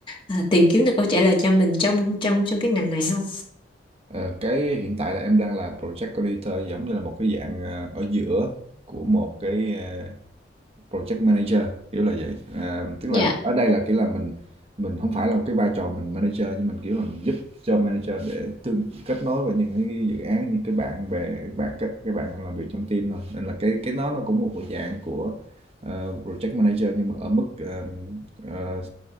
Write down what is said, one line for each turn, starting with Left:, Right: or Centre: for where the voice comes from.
Left: ờ, tìm kiếm được câu trả lời cho mình trong trong trong cái ngành này không?
Right: Ờ, cái hiện tại là em đang là project coordinator giống như là một cái dạng, ờ, ở giữa của một cái, a project manager kiểu là vậy à, tức
Left: Dạ,
Right: là ở đây là kiểu là mình mình không phải là một cái vai trò mình manager nhưng mình kiểu là mình giúp cho manager để tương kết nối với những cái dự án những cái bạn bè bạn các các bạn làm việc trong team thôi nên là cái cái nó nó cũng một dạng của ờ, project manager nhưng mà ở mức um, ờ,